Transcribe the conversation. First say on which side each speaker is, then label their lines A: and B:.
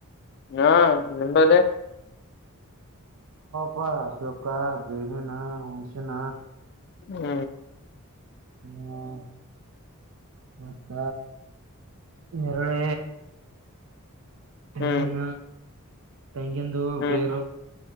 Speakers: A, on the left (about 50°); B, on the right (about 65°).
A: ಹಾ ನಿಂಬಲ್ಲಿ
B: ಹಪ ಸುಕ್ಕಾ ಬೇವಿನ ಹುನ್ಷಿನ
A: ಹ್ಮ್
B: ಹ್ಮ್ ಮತ್ತ ನೆರಳ ತಂಗಿನ
A: ಹ್ಮ್
B: ತೈಂಗೆಂದು
A: ಹ್ಮ್
B: ಪೇರ